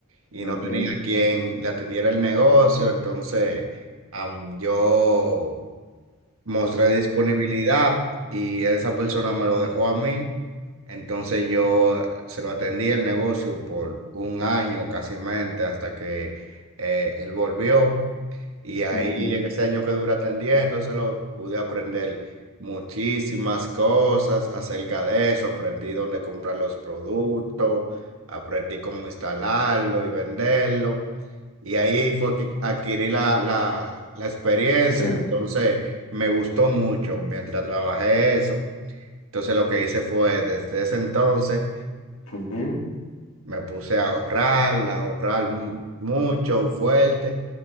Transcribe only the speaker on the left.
Ok.
Ujú,
Sí.
Ujú.